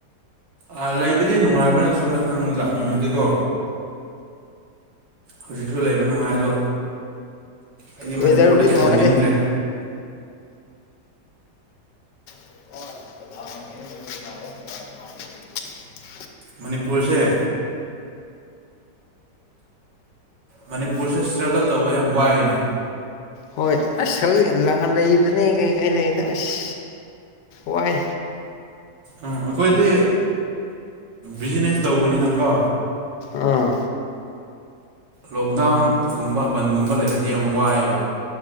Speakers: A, on the right; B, on the left.
A: ꯑ ꯂꯩꯕꯗꯤ ꯅꯨꯡꯉꯥꯏꯕꯅ ꯁꯣ ꯅꯪ ꯂꯥꯛꯅꯤꯡꯉꯗꯤꯀꯣ ꯍꯧꯖꯤꯛꯁꯨ ꯂꯩꯕ ꯅꯨꯡꯉꯥꯏ ꯑꯗꯣ ꯑꯩꯗꯤ
B: ꯋꯦꯗꯔꯕꯨꯔꯤ
A: ꯃꯅꯤꯄꯨꯔꯗꯗꯤ
B: ꯅꯍꯥꯦ
A: ꯍꯟꯅꯤꯡꯗ꯭ꯔꯦ
B: <unintelligible>
A: ꯃꯅꯤꯄꯨꯔꯁꯦ ꯃꯅꯤꯄꯨꯔꯁꯦ ꯏꯁꯇ꯭ꯔꯒꯜ ꯇꯧꯕ ꯌꯥꯝ ꯋꯥꯏꯅꯤ
B: ꯍꯣꯏ ꯑꯁ ꯍꯧꯖꯤ ꯂꯥꯟ ꯂꯩꯕꯅꯦ ꯀꯩ ꯀꯩ ꯂꯩꯅ ꯑꯁ ꯋꯥꯏ
A: ꯑꯝ ꯑꯩꯈꯣꯏꯗꯤ ꯕꯤꯖꯤꯅꯦꯁ ꯇꯧꯕꯅꯤꯅꯀꯣ
B: ꯑꯥ
A: ꯂꯣꯛꯗꯥꯎꯟꯒꯨꯝꯕ ꯄꯟꯒꯨꯝꯕ ꯂꯩꯔꯗꯤ ꯌꯥꯝ ꯋꯥꯏꯑꯦꯕ